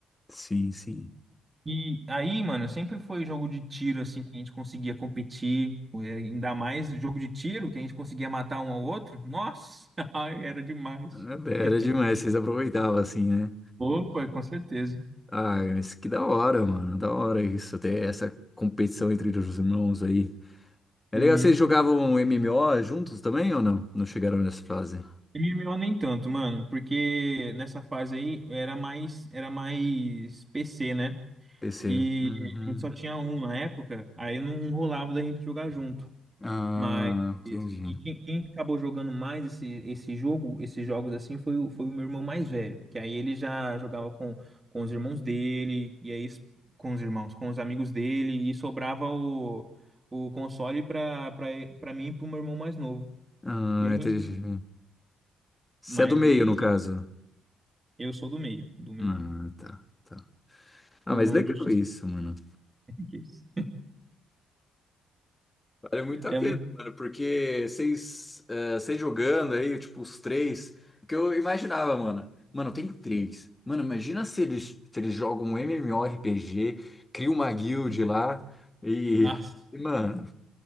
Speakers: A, on the left; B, on the right.
A: sim, sim.
B: E aí, mano, sempre foi jogo de tiro, assim, que a gente conseguia competir, é, ainda mais jogo de tiro, que a gente conseguia matar um ao outro. Nossa, <laughs> ai, era demais.
A: É, bem, Era
B: <laughs>
A: demais, vocês aproveitavam assim, né?
B: Opa, com certeza.
A: Ah, mas que da hora, mano. Da hora isso, ter essa competição entre os irmãos aí. É
B: Uhum.
A: legal, vocês jogavam MMO juntos também ou não? Não chegaram nessa fase?
B: MMO nem tanto, mano, porque nessa fase aí era mais era mais PC, né?
A: PC.
B: E
A: Uhum.
B: a gente só tinha um na época, aí não rolava da gente jogar junto.
A: Ah,
B: Mas
A: entendi.
B: e quem, quem acabou jogando mais esse, esse jogo, esses jogos assim, foi, o- foi o meu irmão mais velho, que aí ele já jogava com, com os irmãos dele, e aí s- com os irmãos, com os amigos dele, e sobrava o, o console pra, pra, pra mim e pro meu irmão mais novo.
A: Ah,
B: E a
A: entendi.
B: gente.
A: Você
B: Mas
A: é do meio,
B: ele,
A: no caso.
B: Eu sou do meio, do meio.
A: Ah, tá, tá. Ah,
B: O
A: mas legal
B: injustice
A: isso, mano.
B: Case.
A: Vale muito a
B: É
A: pena,
B: muito.
A: mano, porque vocês, eh, vocês jogando aí, tipo, os três, que eu imaginava, mano. Mano, tem três. Mano, imagina se eles, se eles jogam um MMORPG, criam uma guild lá e,
B: Nossa,
A: e, mano,